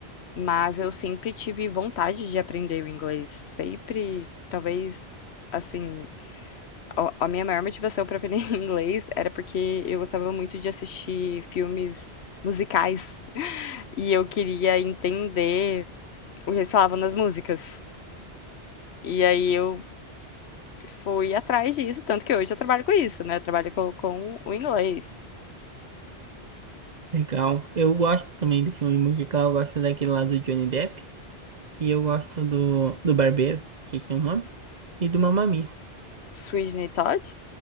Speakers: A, on the left; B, on the right.
A: Mas eu sempre tive vontade de aprender o inglês. Sempre, talvez, assim, a a minha maior motivação para aprender <laughs> inglês era porque eu gostava muito de assistir filmes musicais e eu queria entender o que eles falavam nas músicas. E aí eu fui atrás disso, tanto que hoje eu trabalho com isso, né? Eu trabalho com, com o inglês.
B: Legal. Eu gosto também do filme musical, eu gosto daquele lá do Johnny Depp, e eu gosto do, do Barbeiro, que é o nome, e do Mamma Mia.
A: Sweeney Todd?